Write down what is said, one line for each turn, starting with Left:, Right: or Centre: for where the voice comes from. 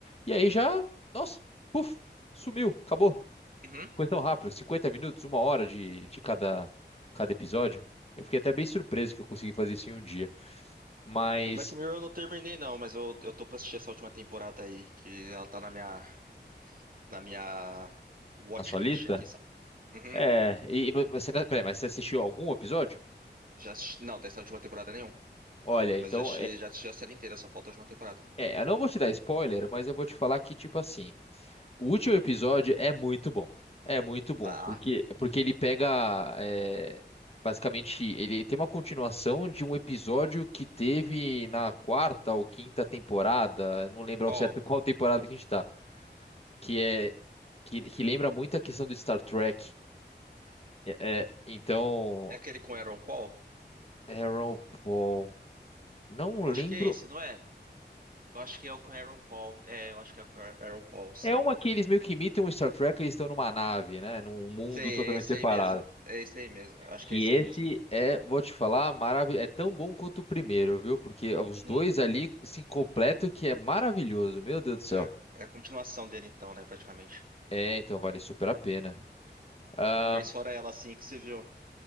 Left: e aí já, nossa, puf, sumiu, acabou.
Right: Uhum.
Left: Coisa tão rápida, 50 minutos, uma hora de, de cada, cada episódio. Eu fiquei até bem surpreso que eu consegui fazer isso em um dia. Mas,
Right: Black Mirror eu não terminei, não, mas eu, eu tô pra assistir essa última temporada aí, que ela tá na minha. na minha watchlist
Left: na sua lista?
Right: aqui, sabe? Uhum.
Left: É, e e você, não- peraí, mas você assistiu algum episódio?
Right: Já assisti... Não, dessa última temporada nenhum.
Left: Olha, então,
Right: Mas já assisti,
Left: é,
Right: já assisti a série inteira, só falta a última temporada.
Left: é, eu não vou te dar spoiler, mas eu vou te falar que, tipo assim, o último episódio é muito bom. É muito bom,
Right: Tá.
Left: porque, porque ele pega, é, basicamente, ele tem uma continuação de um episódio que teve na quarta ou quinta temporada, eu não lembro
Right: Qual?
Left: ao certo qual temporada que a gente tá. que é que, que lembra muito a questão do Star Trek. É, é, então,
Right: É aquele com Aaron Paul?
Left: Aaron Paul, não
Right: Eu
Left: lembro.
Right: acho que é esse, não é? Eu acho que é o com Aaron Paul. É, eu acho que é o com Aaron Paul, sim.
Left: É uma que eles meio que imitam o Star Trek, eles estão numa nave, né, num mundo
Right: Sei,
Left: totalmente
Right: é esse
Left: separado.
Right: aí mesmo. É esse aí mesmo. Eu acho
Left: Que
Right: que é esse
Left: esse
Right: aí mesmo.
Left: é, vou te falar, maravilhoso, é tão bom quanto o primeiro, viu? Porque os
Right: Uhum.
Left: dois ali se completam que é maravilhoso, meu Deus do céu.
Right: É, é a continuação dele então, né, praticamente.
Left: É, então vale super a pena. Ah,
Right: E mais fora ela, assim, que você viu.